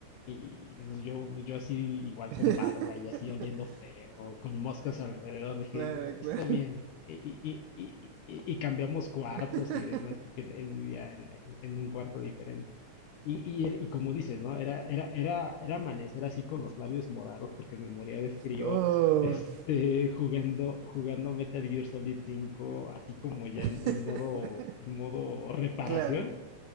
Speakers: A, on the left; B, on the right.
A: Y pues, yo, yo así igual
B: <laughs>
A: con barba y así oliendo feo, con moscas alrededor, dije,
B: Claro,
A: está
B: claro.
A: bien. Y, y- y- y- y cambiamos cuartos
B: <laughs>
A: y demás, porque él, él vivía en, en- en un cuarto diferente. Y, y, él- y como dices, ¿no? Era, era, era, era amanecer así con los labios morados porque me moría de frío,
B: Oh.
A: <laughs> este, jugando, jugando Metal Gear Solid 5 así como ya
B: <laughs>
A: en, en modo, en modo reparación.
B: Claro.